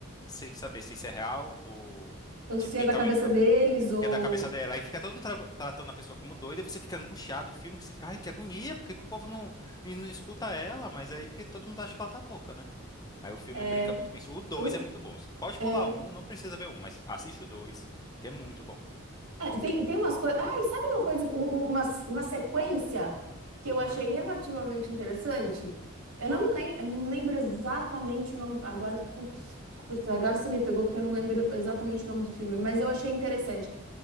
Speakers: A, on the left; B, on the right.
A: sem saber se isso é real ou
B: Ou
A: tipo
B: se
A: quem
B: é da
A: tá
B: cabeça
A: em- a-
B: deles, ou.
A: que é da cabeça dela, aí fica todo mundo tra- tratando a pessoa como doida, e você fica angustiado, o filme que você fica, ai, que agonia, porque que o povo não e não escuta ela, mas aí porque todo mundo acha que ela tá louca, né? Aí o filme
B: É,
A: brinca muito com isso. O dois
B: o-
A: é muito bom. Pode
B: é,
A: pular um, não precisa ver um, mas assiste o dois, que é muito bom.
B: é, tem, tem umas coisas. Ai, sabe uma coisa, um- um- uma, uma sequência que eu achei
A: Hum,
B: relativamente interessante? Eu
A: qual?
B: não me lem, eu não lembro exatamente o nome. do- Agora, putz, putz, agora você me pegou porque eu não lembro exatamente o nome do filme, mas eu achei interessante.